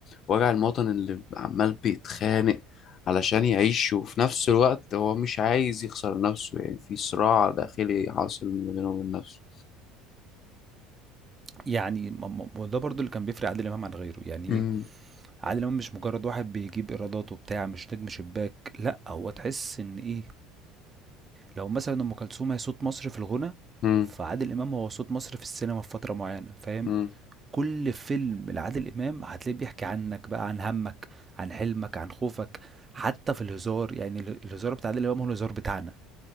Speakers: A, on the left; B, on the right.
A: وجع المواطن اللي عمال بيتخانق علشان يعيش وفي نفس الوقت هو مش عايز يخسر نفسه يعني في صراع داخلي حاصل ما بينه وبين نفسه
B: يعني ما- ما- ما ده برضو اللي كان بيفرق عادل امام عن غيره يعني
A: مم.
B: ايه عادل امام مش مجرد واحد بيجيب ايرادات وبتاع مش نجم شباك لا هو تحس ان ايه لو مثلا ام كلثوم هي صوت مصر في الغنى
A: مم.
B: فعادل امام هو صوت مصر في السينما في فتره معينه فاهم
A: مم.
B: كل فيلم لعادل امام هتلاقيه بيحكي عنك بقى عن همك عن حلمك عن خوفك حتى في الهزار يعني ال- الهزار بتاع عادل امام هو الهزار بتاعنا